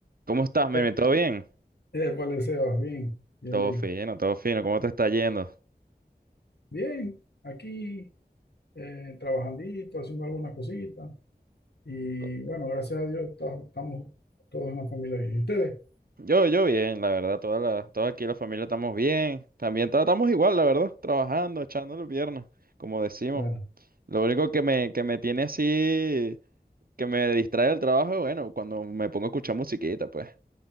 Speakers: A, on the right; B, on the left.
A: ¿Cómo estás, Meme?
B: Eh,
A: ¿Todo bien?
B: épale, Sebas, bien, bien,
A: Todo
B: bien.
A: fino, todo fino. ¿Cómo te está yendo?
B: Bien, aquí eh, trabajandito, haciendo algunas cositas. Y
A: Co-
B: bueno, gracias a Dios ta- estamos todos en la familia bien. ¿Y ustedes?
A: Yo, yo bien, la verdad. Toda la, toda aquí la familia estamos bien. También ta- estamos igual, la verdad. Trabajando, echando las piernas, como decimos.
B: Ah,
A: Lo único que me, que me tiene así, que me distrae del trabajo, es, bueno, cuando me pongo a escuchar musiquita, pues.